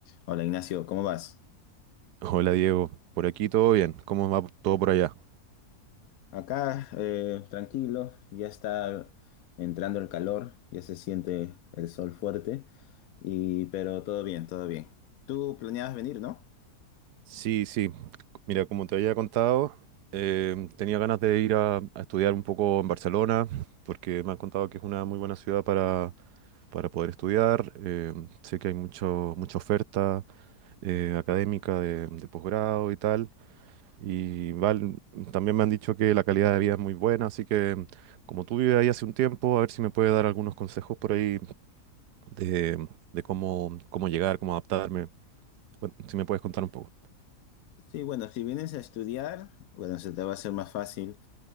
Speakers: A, on the left (about 70°); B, on the right (about 85°).
A: Hola Ignacio, ¿cómo vas?
B: Hola Diego, por aquí todo bien, ¿cómo va todo por allá?
A: Acá, eh, tranquilo, ya está entrando el calor, ya se siente el sol fuerte, y, pero todo bien, todo bien. Tú planeabas venir, ¿no?
B: Sí, sí, mira, como te había contado, em, tenía ganas de ir a, a estudiar un poco en Barcelona, porque me han contado que es una muy buena ciudad para, para poder estudiar, em, sé que hay mucho, mucha oferta eh, académica de, de posgrado y tal, y val- también me han dicho que la calidad de vida es muy buena, así que em, como tú vives ahí hace un tiempo, a ver si me puedes dar algunos consejos por ahí de, de cómo, cómo llegar, cómo adaptarme. Cuen- Si me puedes contar un poco.
A: Sí, bueno, si vienes a estudiar, bueno, se te va a hacer más fácil,